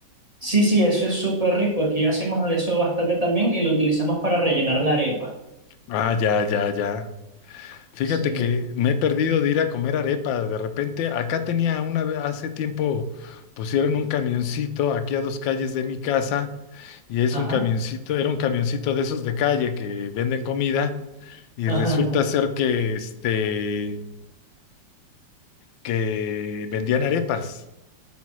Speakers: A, on the right; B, on the left.
A: Sí, sí, eso es súper rico. Aquí hacemos de eso bastante también y lo utilizamos para rellenar la arepa.
B: Ah, ya, ya, ya. Fíjate
A: Sí.
B: que me he perdido de ir a comer arepa. De repente, acá tenía una vez, hace tiempo pusieron un camioncito aquí a dos calles de mi casa y es
A: Ajá,
B: un camioncito, era un camioncito de esos de calle que venden comida y
A: ajá.
B: resulta
A: ajá.
B: ser que, este, que vendían arepas.